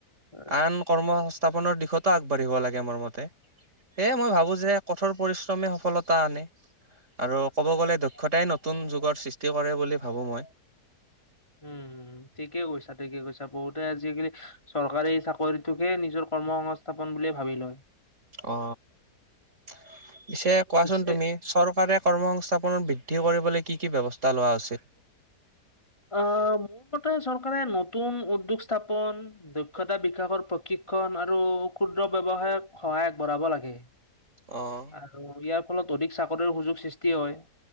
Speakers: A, on the left; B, on the right.
A: হয়।
B: আন কৰ্ম সংস্থাপনৰ দিশতা আগবাঢ়িব লাগে মোৰ মতে, সেয়ে মই ভাবো যে কঠোৰ পৰিশ্ৰমে সফলতা আনে। আৰু ক'ব গ'লে দক্ষতাই নতুন যুগৰ সৃষ্টি কৰে বুলি ভাবো মই।
A: উম ঠিকে কৈছা ঠিকে কৈছা বহুতে আজিকালি চৰকাৰী চাকৰিটোকে নিজৰ কৰ্ম সংস্থাপন বুলিয়ে ভাবি লয়।
B: অ পিছে কোৱাচোন
A: পিছে
B: তুমি চৰকাৰে কৰ্ম সংস্থা ৰ বৃদ্ধি কৰিবলে কি কি ব্যৱস্থা লোৱা উচিত?
A: অ মোৰ মতে চৰকাৰে নতুন উদ্যোগ স্থাপন দক্ষতা বিকাশৰ প্ৰকৃত শিক্ষণ আৰু ক্ষুদ্ৰ ব্যৱসায়ক সহায় আগবঢ়াব লাগে।
B: অ',
A: আৰু ইয়াৰ ফলত অধিক চাকৰিৰ সুযোগ সৃষ্টি হয়।